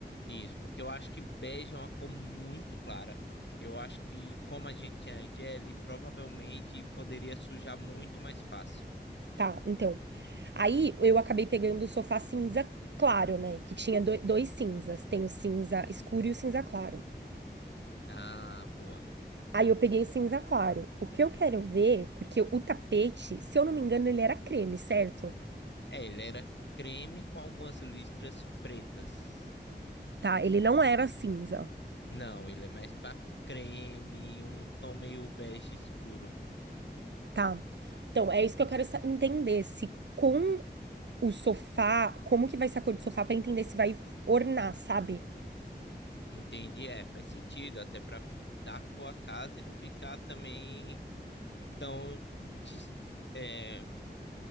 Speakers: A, on the left; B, on the right.
A: Isso, porque eu acho que bege é uma cor muito clara. Eu acho que, como a gente tinha a Jelly, provavelmente poderia sujar muito mais fácil.
B: tá? Então, aí eu acabei pegando o sofá cinza claro, né? Que tinha do- dois cinzas, tem o cinza escuro e o cinza claro.
A: Ah, boa.
B: Aí eu peguei o cinza claro. O que eu quero ver, porque o tapete, se eu não me engano, ele era creme, certo?
A: É, ele era creme com algumas listras pretas.
B: Tá? Ele não era cinza.
A: Não, ele é mais pra creme, um tom meio bege escuro.
B: Tá. Então, é isso que eu quero sa- entender, se com o sofá, como que vai ser a cor do sofá pra entender se vai ornar, sabe?
A: Entendi, é, faz sentido, até pra fi- dar cor à casa e não ficar também tão, dis- é,